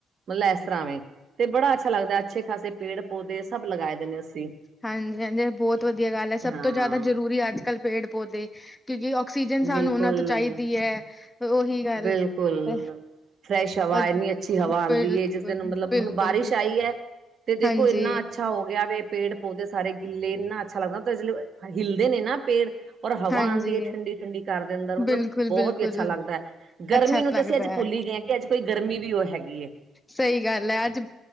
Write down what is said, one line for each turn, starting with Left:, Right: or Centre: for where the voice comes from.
Right: ਮਤਲਬ ਇਸ ਤਰ੍ਹਾਂ ਵ ਤੇ ਬੜਾ ਅੱਛਾ ਲੱਗਦਾ, ਅੱਛੇ ਖਾਸੇ ਪੇੜ ਪੌਦੇ ਸਭ ਲਗਾਏ ਦੇਦੇ ਅਸੀਂ।
Left: ਹਾਂਜੀ-ਹਾਂਜੀ, ਬਹੁਤ ਵਧੀਆ ਗੱਲ ਹੈ। ਸਭ
Right: ਹਾਂ
Left: ਤੋਂ ਜ਼ਿਆਦਾ ਜ਼ਰੂਰੀ ਅੱਜ ਕੱਲ੍ਹ ਪੇੜ ਪੌਦੇ। ਕਿਉਂਕਿ, ਆਕਸੀਜਨ ਸਾਨੂੰ
Right: ਬਿਲਕੁਲ
Left: ਉਹਨਾਂ ਤੋਂ ਚਾਹੀਦੀ ਹੈ। ਉਹੀ ਗੱਲ
Right: ਬਿਲਕੁਲ।
Left: ਤੇ
Right: ਫਰੈਸ਼, ਹਵਾ
Left: ਅ
Right: ਇੰਨੀ
Left: ਬਿਲਕੁਲ,
Right: ਅੱਛੀ ਹਵਾ ਆਉਂਦੀ ਹੈ। ਜਿਸ ਦਿਨ ਮਤਲਬ
Left: ਬਿਲਕੁਲ,
Right: ਹੁਣ ਬਾਰਿਸ਼
Left: ਬਿਲਕੁਲ
Right: ਆਈ ਹੈ। ਤੇ ਦੇਖੋ
Left: ਹਾਂਜੀ,
Right: ਇੰਨਾ ਅੱਛਾ ਹੋ ਗਿਆ। ਵ ਪੇੜ ਪੌਦੇ ਸਾਰੇ ਗਿੱਲੇ। ਇੰਨਾ ਅੱਛਾ ਲੱਗਦਾ ਜਿਵੇਂ ਹਿਲਦੇ ਨੇ ਨਾ ਪੇੜ। ਔਰ ਹਵਾ
Left: ਹਾਂਜੀ।
Right: ਆਉਂਦੀ ਹੈ। ਠੰਡੀ -ਠੰਡੀ ਘਰ ਦੇ ਅੰਦਰ ਮਤਲਬ
Left: ਬਿਲਕੁਲ,
Right: ਬਹੁਤ
Left: ਬਿਲਕੁਲ
Right: ਹੀ ਅੱਛਾ ਲੱਗਦਾ ਹੈ। ਗਰਮੀ
Left: ਅੱਛਾ
Right: ਨੂੰ ਤੇ
Left: ਲੱਗਦਾ
Right: ਅਸੀਂ ਅੱਜ ਭੁੱਲ
Left: ਹੈ,
Right: ਹੀ ਗਏ ਹਾਂ। ਕਿ ਅੱਜ ਕੋਈ ਗਰਮੀ ਵੀ ਉਹ ਹੈਗੀ ਏ।
Left: ਸਹੀ ਗੱਲ ਹੈ। ਅੱਜ